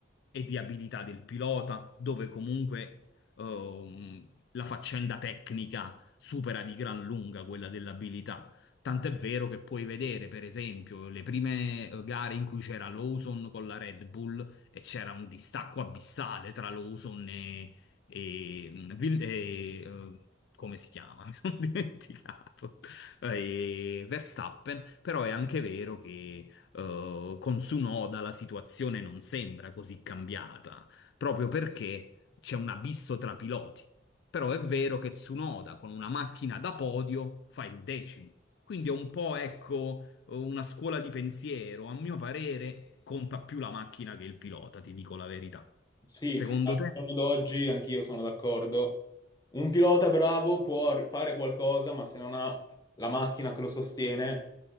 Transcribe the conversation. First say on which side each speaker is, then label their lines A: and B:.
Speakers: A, on the left; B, on the left.
A: e di abilità del pilota, dove comunque ehm, la faccenda tecnica supera di gran lunga quella dell'abilità. Tant'è vero che puoi vedere, per esempio, le prime eh, gare in cui c'era Lawson con la Red Bull e c'era un distacco abissale tra Lawson e, e, e, eh, come si chiama? <laughs> Mi sono dimenticato eh, e Verstappen, però è anche vero che eh, con Tsunoda la situazione non sembra così cambiata, proprio perché c'è un abisso tra piloti. Però è vero che Tsunoda con una macchina da podio fa il decimo. Quindi è un po', ecco, una scuola di pensiero. A mio parere conta più la macchina che il pilota, ti dico la verità.
B: Sì,
A: Secondo
B: al
A: te?
B: giorno d'oggi anch'io sono d'accordo. Un pilota bravo può fare qualcosa, ma se non ha la macchina che lo sostiene,